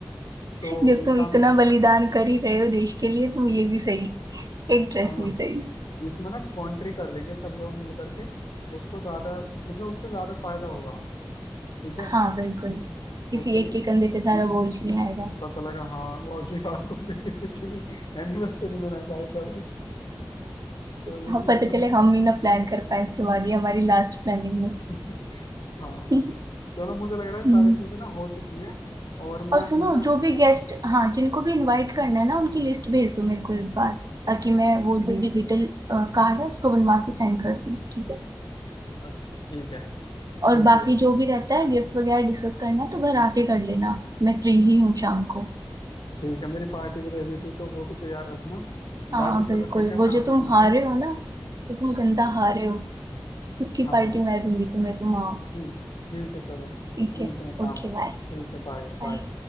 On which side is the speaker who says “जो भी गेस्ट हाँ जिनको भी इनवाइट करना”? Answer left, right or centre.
Right